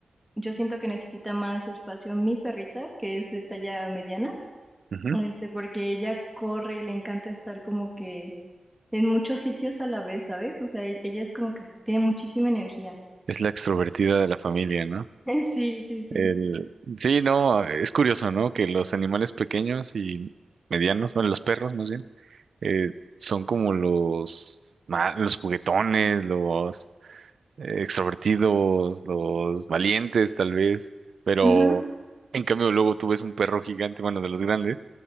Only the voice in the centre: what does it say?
Yo siento que necesita más espacio mi perrita, que es de talla mediana,
este, porque ella corre, le encanta estar como que en muchos sitios a la vez, ¿sabes? O sea, e- ella es como que tiene muchísima energía.
<laughs> Sí, sí, sí.
Ujú,